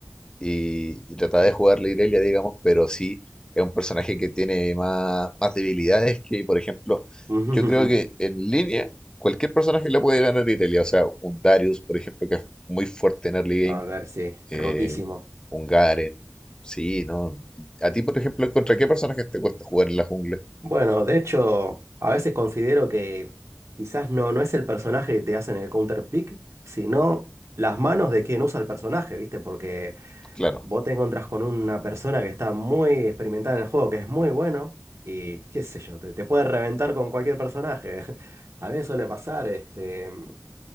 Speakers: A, on the left (about 15°); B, on the right (about 85°).
A: y, y trataba de jugar la Irelia, digamos, pero sí es un personaje que tiene más, más debilidades que, por ejemplo,
B: <laughs>
A: yo creo que en línea cualquier personaje le puede ganar a Irelia, o sea, un Darius, por ejemplo, que es muy fuerte en early
B: A
A: game,
B: ver, sí,
A: eh,
B: rotísimo.
A: un Garen, sí, ¿no? A ti, por ejemplo, ¿contra qué personajes te cuesta jugar en la jungla?
B: Bueno, de hecho, a veces considero que quizás no, no es el personaje que te hacen el counter pick, sino las manos de quien usa el personaje, ¿viste? Porque
A: Claro,
B: Vos te encontrás con una persona que está muy experimentada en el juego, que es muy bueno, y qué sé yo, te, te puede reventar con cualquier personaje. <laughs> A mí me suele pasar, este, en